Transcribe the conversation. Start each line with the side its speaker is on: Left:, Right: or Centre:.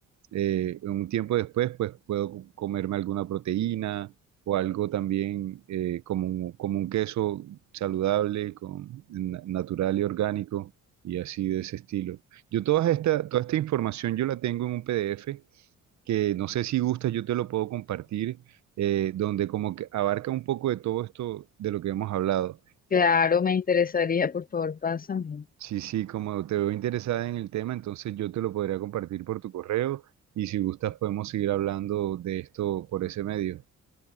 Right: eh, un tiempo después, pues puedo comerme alguna proteína o algo también eh, como un, como un queso saludable, con, na- natural y orgánico, y así de ese estilo. Yo toda esta, toda esta información yo la tengo en un PDF que no sé si gusta, yo te lo puedo compartir, eh, donde como que abarca un poco de todo esto de lo que hemos hablado.
Left: Claro, me interesaría, por favor, pásame.
Right: Sí, sí, como te veo interesada en el tema, entonces yo te lo podría compartir por tu correo y si gustas podemos seguir hablando de esto por ese medio.